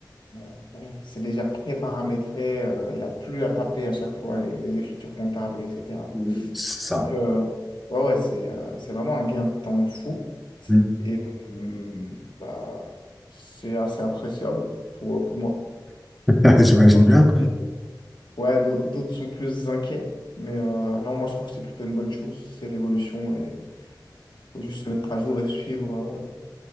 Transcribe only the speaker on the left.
euh, voilà, c'est déjà pré-paramétré. euh, Il n'y a plus à taper à chaque fois les, les écritures comptables, etc.
Donc, euh, ouais, ouais, c'est euh, c'est vraiment un gain de temps fou
et euh, bah, c'est assez appréciable pour, euh, pour moi.
D'autres,
ouais, d'au- d'autres sont plus inquiets, mais euh, non, moi je trouve que c'est plutôt une bonne chose. C'est l'évolution et il faut juste se mettre à jour et suivre euh,